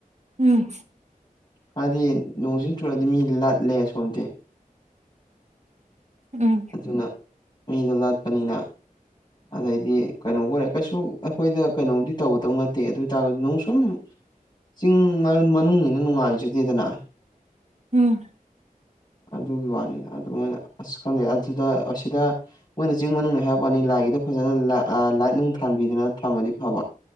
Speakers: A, on the right; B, on the left.
A: ꯎꯝ ꯎꯝ
B: ꯍꯥꯏꯗꯤ ꯅꯣꯡꯁꯤꯡ ꯆꯨꯔꯛꯑꯗꯤ ꯃꯤ ꯂ ꯂꯩ ꯁꯣꯝꯇ <unintelligible>
A: ꯎꯝ
B: ꯑꯗꯨꯅ ꯃꯤꯗꯣ ꯂꯠꯄꯅꯤꯅ ꯑꯗꯩꯗꯤ ꯀꯩꯅꯣ ꯑꯣꯏꯔꯦ ꯀꯩꯁꯨ ꯑꯩꯈꯣꯏꯗ ꯀꯩꯅꯣꯝꯗꯤ ꯇꯧꯒꯗꯧ ꯅꯠꯇꯦ ꯑꯗꯨ ꯑꯣꯏꯇꯥꯔꯒꯁꯨ ꯅꯅꯨꯡ ꯁꯨꯝ ꯆꯤꯡ ꯃꯔ ꯃꯅꯨꯡꯅꯤꯅ ꯅꯨꯡꯉꯥꯏꯖꯗꯦꯗꯅ
A: ꯎꯝ
B: ꯑꯗꯨꯒꯤ ꯋꯥꯅꯤꯗ ꯑꯗꯨ ꯃꯣꯏꯅ ꯑꯁ ꯈꯪꯗꯩ ꯑꯗꯨꯗ ꯑꯁꯤꯗ ꯃꯣꯏꯅ ꯆꯤꯡ ꯃꯅꯨꯡ ꯍꯥꯏꯕ ꯋꯥꯅꯤ ꯂꯥꯏꯒꯤꯗꯣ ꯐꯖꯅ ꯂꯥꯏꯠ ꯅꯨꯡ ꯊꯥꯟꯕꯤꯗꯨꯅ ꯊꯝꯃꯗꯤ ꯐꯕ